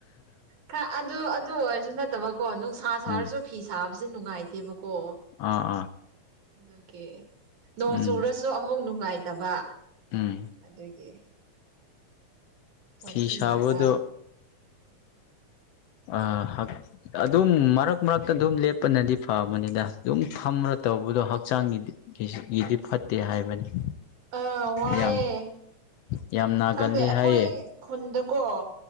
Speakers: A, on the right; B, on the left.
A: ꯈꯥ ꯑꯗꯨ ꯑꯗꯨ ꯑꯣꯏꯔꯁꯨ ꯅꯠꯇꯕꯀꯣ ꯅꯨꯡꯁꯥ ꯁꯥꯔꯁꯨ
B: ꯎꯝ
A: ꯐꯤ ꯁꯥꯕꯁꯦ ꯅꯨꯡꯉꯥꯏꯇꯦꯕꯀꯣ
B: ꯑꯥ ꯑꯥ
A: ꯑꯗꯨꯒꯤ ꯅꯣꯡ
B: ꯎꯝ
A: ꯆꯨꯔ ꯁꯨ ꯑꯃꯨꯛ ꯅꯨꯡꯉꯥꯏꯇꯕ
B: ꯎꯝ
A: ꯑꯗꯨꯒꯤ ꯋꯥꯊꯤ
B: ꯐꯤ ꯁꯥꯕꯗꯣ
A: ꯌꯥꯝ ꯆꯥꯏ
B: ꯑꯥ ꯍꯛ ꯑꯗꯨꯝ ꯃꯔꯛ ꯃꯔꯛꯇ ꯑꯗꯨꯝ ꯂꯦꯞꯄꯅꯗꯤ ꯐꯕꯅꯦꯗ ꯑꯗꯨꯝ ꯐꯝꯃꯥ ꯇꯧꯕꯗꯣ ꯍꯛꯆꯥꯡꯒꯤꯗꯤ ꯀꯦꯁꯨꯀꯤꯗꯤ ꯐꯠꯇꯦ ꯍꯥꯏꯕꯅꯤ
A: ꯑ ꯋꯥꯏꯌꯦ
B: ꯌꯥꯝ ꯌꯥꯝ ꯅꯥꯒꯜꯂꯦ
A: ꯈꯪꯗꯦ ꯑꯩꯈꯣꯏ
B: ꯍꯥꯏꯌꯦ
A: ꯈꯨꯟꯗꯀꯣ